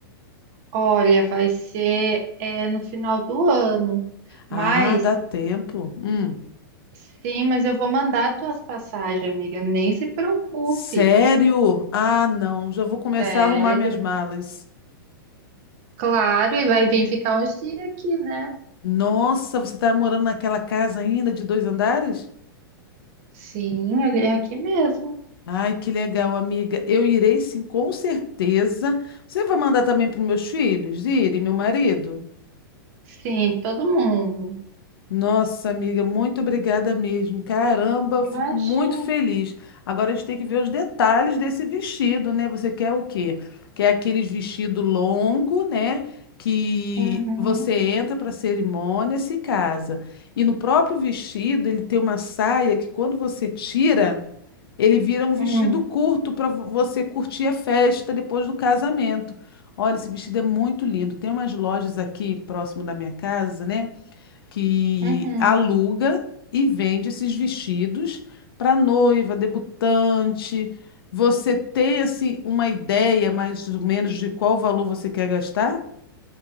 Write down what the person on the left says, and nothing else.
Ah,
dá tempo. Hum.
Sério? Ah, não. Já vou começar
a arrumar minhas malas.
Nossa, você tá morando naquela casa ainda de dois andares?
Ai, que legal, amiga. Eu irei sim, com certeza. Você vai mandar também para meus filhos irem, meu marido?
Nossa, amiga, muito obrigada mesmo. Caramba, eu fico
muito feliz. Agora a gente tem que ver os detalhes desse vestido, né? Você quer o quê? Quer aqueles vestido longo, né? Que
você entra para a cerimônia, se casa. E no próprio vestido, ele tem uma saia que quando você tira. Ele vira um vestido
curto para você curtir a festa depois do casamento. Olha, esse vestido é muito lindo. Tem umas lojas aqui próximo da minha casa, né, que
aluga e vende esses vestidos para noiva, debutante. Você tem assim uma ideia mais ou menos de qual valor você quer gastar?